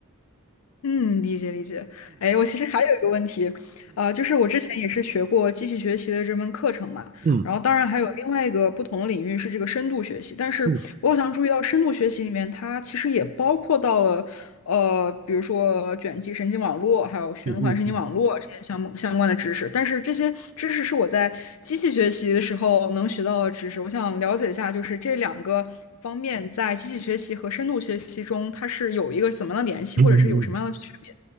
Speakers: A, on the left; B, on the right.
A: 嗯，理解理解。哎，我其实还有一个问题，呃，就是我之前也是学过机器学习的这门课程嘛，
B: 嗯
A: 然后当然还有另外一个不同的领域是这个深度学习，但是我好像注意到深度学习里面它其实也包括到了呃，
B: 嗯
A: 比如说卷积神经网络，还有循环神经网络这些相目相关的知识。
B: 嗯嗯嗯
A: 但是这些知识是我在机器学习的时候能学到的知识。我想了解一下，就是这两个方面在机器学习和深度学习中，它是有一个怎么样的联系，
B: 嗯嗯嗯嗯嗯。
A: 或者是有什么样的区别？
B: 嗯嗯